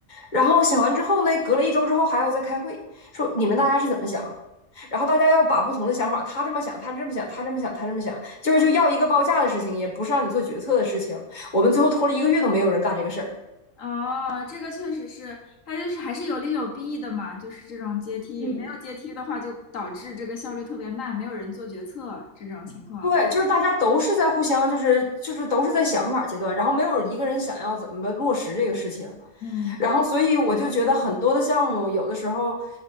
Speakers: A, on the left; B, on the left.
A: 然后想完之后呢，隔了一周之后还要再开会，说你们大家是怎么想然后大家要把不同的想法，他这么想，他这么想，他这么想，他这么想，就是就要一个报价的事情，也不是让你做决策的事情。我们最后拖了一个月都没有人干这个事儿。
B: 哦，这个确实是，它就是还是有利有弊的嘛，就是这种阶梯，
A: 嗯，
B: 没有阶梯的话，就导致这个效率特别慢，没有人做决策这种情况。
A: 对，就是大家都是在互相，就是就是都是在想法阶段，然后没有一个人想要怎么落实这个事情，
B: 嗯，
A: 然后所以我就觉得很多的项目有的时候
B: 这个，